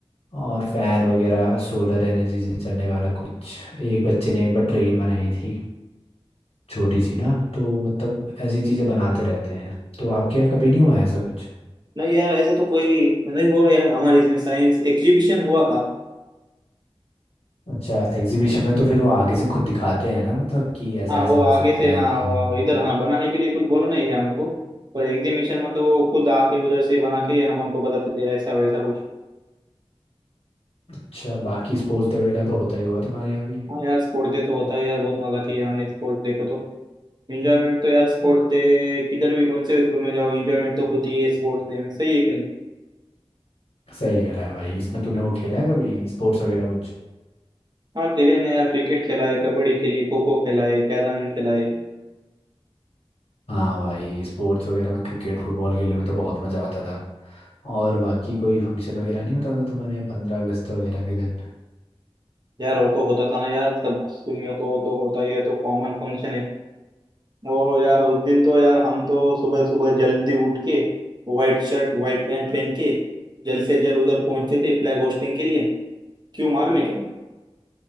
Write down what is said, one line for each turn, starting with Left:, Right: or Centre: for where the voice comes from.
Left: और फैन वगैरह सोलर एनर्जी से चलने वाला कुछ एक बच्चे ने एक बार ट्रेन बनाई थी छोटी सी ना तो मतलब ऐसी चीज़ें बनाते रहते हैं तो आपके यहाँ कभी नहीं हुआ ऐसा कुछ
Right: नहीं यार ऐसा तो कोई नहीं हुआ यार हमारे इसमें साइंस एग्जीबिशन हुआ था
Left: अच्छा एग्जीबिशन में तो फिर वो आगे से खुद दिखाते हैं ना मतलब कि ऐसा
Right: हाँ
Left: ऐसा
Right: वो
Left: हो
Right: आगे
Left: सकता
Right: से
Left: है
Right: हाँ
Left: ये
Right: वो
Left: हो सकता
Right: इधर
Left: है।
Right: हाँ बनाने के लिए कुछ बोला नहीं है हमको पर एग्जीबिशन मतलब वो खुद आके उधर से बना के हम हमको बताते थे ऐसा वैसा कुछ
Left: अच्छा बाकी स्पोर्ट्स डे वगैरह तो होता ही होगा तुम्हारे यहाँ भी
Right: हाँ यार स्पोर्ट डे तो होता है यार बहुत मजा किया हमने स्पोर्ट डे को तो एंजॉयमेंट तो यार स्पोर्ट डे किधर भी कौन से स्कूल में जाओ एंजॉयमेंट तो होती है स्पोर्ट्स डे में सही है कि नहीं
Left: सही कह रहा है भाई इसमें तूने वो खेला है कभी स्पोर्ट्स वगैरह कुछ
Right: हाँ खेले ना यार क्रिकेट खेला है कबड्डी खेली खो खो खेला है कैरम खेला है
Left: हाँ भाई स्पोर्ट्स वगैरह में क्रिकेट फुटबॉल खेलने में तो बहुत मज़ा आता था और बाकी कोई फंक्शन वगैरह नहीं होता था तुम्हारे यहाँ पंद्रह अगस्त वगैरह के दिन
Right: यार वो तो होता था ना यार सब स्कूल में तो तो होता ही है तो कॉमन फंक्शन है ओ यार उस दिन तो यार हम तो सुबह सुबह जल्दी उठ के व्हाइट शर्ट व्हाइट पैंट पहन के जल्द से जल्द उधर पहुंचते थे फ्लैग होस्टिंग के लिए क्यों मालूम है क्या